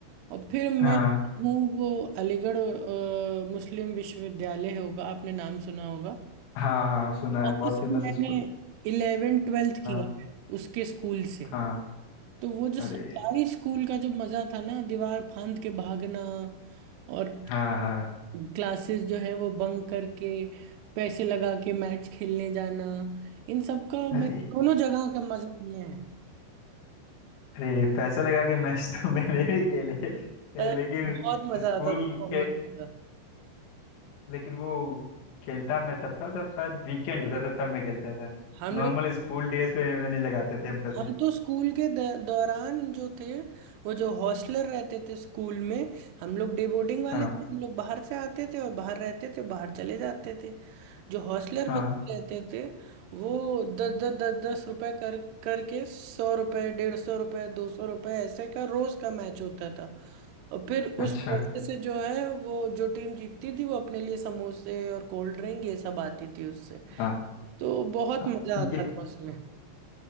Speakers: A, on the right (about 80°); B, on the left (about 70°).
A: और फिर मैं
B: हाँ
A: हूँ वो अलीगढ़ अ, मुस्लिम विश्वविद्यालय होगा आपने नाम सुना होगा
B: हाँ हाँ सुना
A: बहुत
B: है बहुत
A: से
B: फेमस
A: मैंने
B: स्कूल
A: इलेवेंथ ट्वेल्थ
B: हाँ
A: किया है उसके स्कूल से
B: हाँ
A: तो वो जो
B: अरे
A: सरकारी स्कूल का जो मजा था ना दीवार फांद के भागना और
B: हाँ हाँ
A: क्लासेस जो है वो बंक करके पैसे लगा के मैच खेलने जाना इन सब का मैंने
B: अरे
A: दोनों जगह का मजा लिए हैं
B: अरे पैसे लगा के मैच तो <laughs> मैंने भी खेले
A: पर
B: ए, लेकिन
A: बहुत मजा
B: स्कूल
A: आता था बहुत
B: के
A: मजा
B: लेकिन वो खेलता मैं तब था सब शायद वीकेंड होता था तब मैं खेलता था
A: हम लोग
B: नॉर्मल स्कूल डेज पे में नहीं लगाते थे हम पैसे
A: हम तो स्कूल के द- दौरान जो थे वो जो हॉस्टलर रहते थे स्कूल में हम लोग डे बोर्डिंग वाले
B: हाँ
A: थे हम लोग बाहर से आते थे और बाहर रहते थे बाहर चले जाते थे जो हॉस्टलर
B: हाँ
A: बच्चे रहते थे वो दस दस दस दस रुपए कर करके सौ रुपए डेढ़ सौ रुपए दो सौ रुपए ऐसे का रोज का मैच होता था और फिर उस
B: अच्छा
A: पैसे से जो है वो जो टीम जीतती थी वो अपने लिए समोसे और कोल्ड ड्रिंक ये सब आती थी उससे
B: हाँ
A: तो बहुत
B: हाँ,
A: मजा आता
B: ये
A: था उसमें